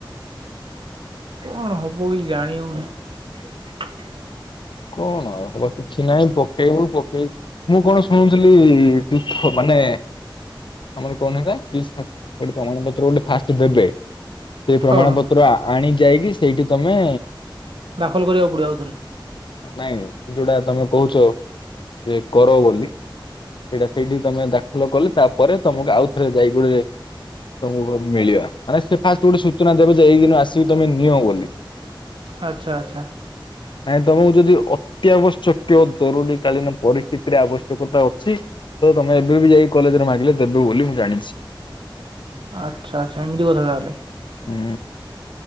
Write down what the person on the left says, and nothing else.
କଣ ଆଉ ହବ କିଛି ନାଇଁ ପକେଇବୁ ପକେଇ ମୁଁ କଣ ଶୁଣୁଥୁଲି ପିଫ ମା ନେ ଆମର କଣ ହେଟା କିସା ବୋଇଲେ କଣ ଆମ <unintelligible> ଫାଷ୍ଟ ଦେବେ। ଯେ
ପ୍ରମାଣ ପତ୍ର ଆଣି ଯାଇକି ସେଇଠି ତମେ
ନାଇଁ ଯୋଉଟା ତମେ କୋହୁଚ ଯେ କର ବୋଲି ସେଇଟା ସେଇଠି ତମେ ଦାଖଲ କଲେ ତାପରେ ତମୁକୁ ଆଉ ଥରେ ଯାଇ ଯୋଡ଼େ ତମୁକୁ ମିଳିବ। ମାନେ ସେ ଫାଷ୍ଟ ଗୋଟେ ସୂଚନା ଦେବେ ଯେ ଏଇ ଦିନ ଆସିକି ତମେ ନିଅ ବୋଲି।
ନାଇଁ ତମୁକୁ ଯଦି ଅତ୍ୟାବଶ୍ୟକୀୟ ଜରୁରୀ କାଳୀନ ପରିସ୍ଥିତିରେ ଆବଶ୍ୟକତା ଅଛି ତ ତମେ ଏବେ ବି ଯାଇ କଲେଜରେ ମାଗିଲେ ତେବେ ବୋଲି ମୁଁ ଜାଣିଛି।
ଉଁ